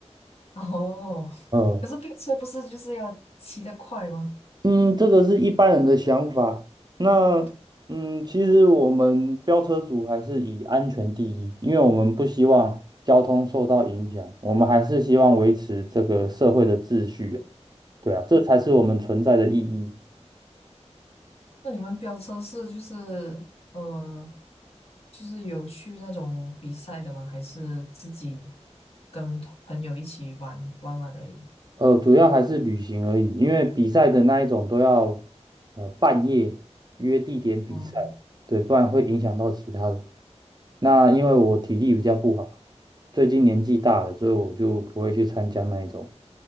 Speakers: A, on the left; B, on the right.
A: <laughs> 哦，
B: 嗯。
A: 可是飙车不是就是要骑得快吗？
B: 嗯，这个是一般人的想法。那嗯，
A: 我的。
B: 其实我们飙车族还是以安全第一，因为我们不希望交通受到影响，我们还是希望维持这个社会的秩序啊。对啊，这才是我们存在的意义。
A: 那你们飙车是就是呃，就是有去那种比赛的吗？还是自己跟同朋友一起玩玩玩而已？
B: 呃，主要还是旅行而已，因为比赛的那一种都要呃半夜约地点比赛，
A: 哦
B: 对，不然会影响到其他人。那因为我体力比较不好，最近年纪大了，所以我就不会去参加那一种。